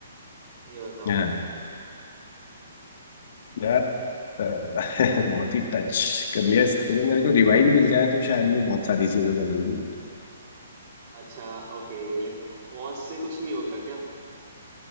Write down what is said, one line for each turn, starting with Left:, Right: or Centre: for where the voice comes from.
Right: ये बताओ
Left: हाँ
Right: आप
Left: यार अ, <laughs> बहुत ही टच कर लिया इसको तो मेरे को रिवाइंड मिल जाए तो शायद मैं बहुत सारी चीजें बदल दूँ
Right: अच्छा ओके लाइक पॉज से कुछ नहीं होगा क्या